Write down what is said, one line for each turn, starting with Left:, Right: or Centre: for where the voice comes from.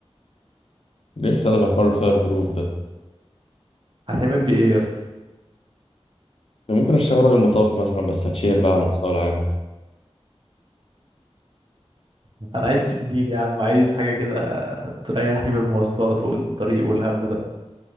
Left: نفسي انا في حوار الفاير بروف ده
Right: هتعمل بيه ايه يا اسطى
Left: ده ممكن اشتغل راجل مطافي مثلا بس هتشهر بقى على مستوى العالم
Right: أنا عايز سنين يا عم عايز حاجة كده تريحني من المواصلات والطريق والهم ده